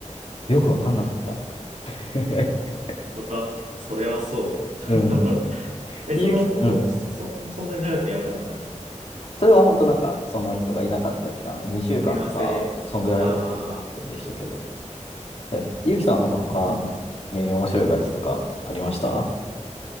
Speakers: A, on the left; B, on the right.
A: よく分かんなかった。<laughs>
B: それは、それはそうだ。
A: うん。
B: <laughs> え、それは、
A: ゆうき、
B: でも、
A: うん。
B: そ、そんなに長くやらなかったんですか
A: それは本当なんか、その人がいなかった期間、2週間とか、
B: 組み合わせ、
A: そんぐらい、
B: ああ、
A: そうそうそうそうでしたけど。え、ゆうきさんはなんか他、
B: うん。
A: えー面白いバイトとかありました